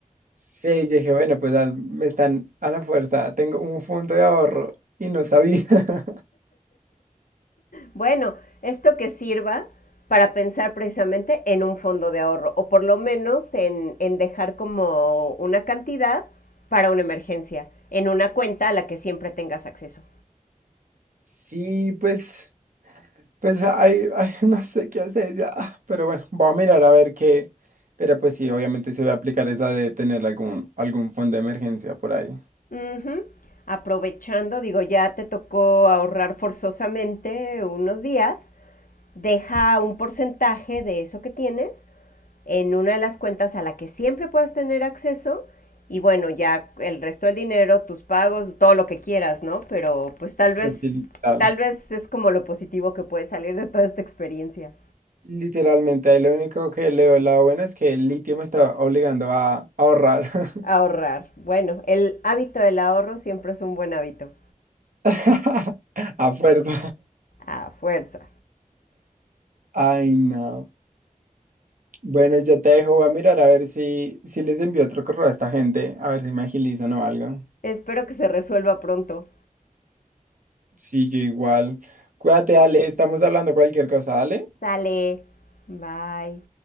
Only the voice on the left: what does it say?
Bueno, esto que sirva para pensar precisamente en un fondo de ahorro o por lo menos en, en dejar como una cantidad para una emergencia, en una cuenta a la que siempre tengas acceso.
Ujú. Aprovechando, digo, ya te tocó ahorrar forzosamente unos días, deja un porcentaje de eso que tienes en una de las cuentas a la que siempre puedas tener acceso y bueno, ya el resto del dinero, tus pagos, todo lo que quieras, ¿no? Pero pues tal vez,
tal vez es como lo positivo que puede salir de toda esta experiencia.
Ahorrar. Bueno, el hábito del ahorro siempre es un buen hábito.
A fuerza.
Espero que se resuelva pronto.
Sale. Bye.